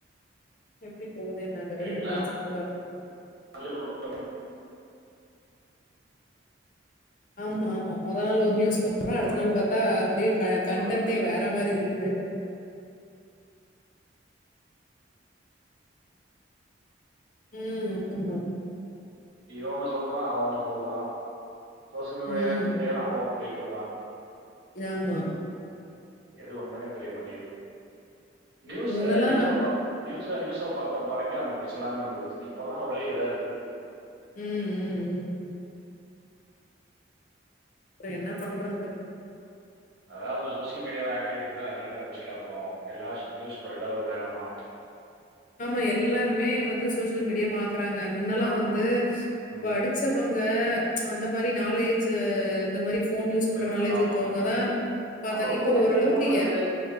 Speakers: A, on the left (about 40°); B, on the right (about 55°).
A: எப்டி போகுதே என்னாங்கறது
B: எல்லாம்
A: ஹட்லைன்ஸ் மட்டும் பாத்துப்பேன்
B: <unintelligible>
A: ஆமா ஆமா மொதலலா நியூஸ் போட்றோம் அடுத்த
B: அவன்
A: நாள் பாத்தா டே அ கண்டன்டே
B: போட்டு-
A: வேற மாரி இருக் இது உம் ம்
B: இவ ஒன்னு சொல்றா அவ ஒன்னு சொல்றா சோசியல் மீடியா
A: ம்.
B: மீடியால அவ ஒன்னு சொல்லிட்டு இருக்கறா
A: ஆமா
B: எது உண்மனே தெரிய மாட்டிது நியூஸ்
A: முன்னலாம்
B: அ நியூஸ் அ பா நியூஸ் அ நியூஸ் அ பாத்தப்ப வரைக்கும் அந்த ச்சலாம் இருந்தது இப்பெல்லாம் ஒரே இதா இருக்கு
A: உம் உம் உம் அப்றோ என்ன பண்றது
B: அதாவது அந்த சோசியல் மீடியாவா ஆக்டிவிட்டிஸ் அதிகமாக போச்சுல அப்புறோ எல்லா நியூஸ் ஸ்ப்ரெட் ஆகுது வேகமா
A: ஆமா எல்லாருமே வந்து சோசியல் மீடியா பாக்குறாங்க முன்னல்லாம்
B: ஆமாம்
A: வந்து
B: ம்
A: படிச்சவங்க அந்த மாரி நாலேஜ் இந்த மாரி ஃபோன் யூஸ் பண்ற
B: தெரிஞ்சவங்க
A: நாலேஜ் இருக்கவங்க
B: அப் ம்ம்
A: தான் பாத்தா
B: அப்போ
A: இப்ப ஓரளவுக்கு
B: ஃபோன் வந்து
A: எ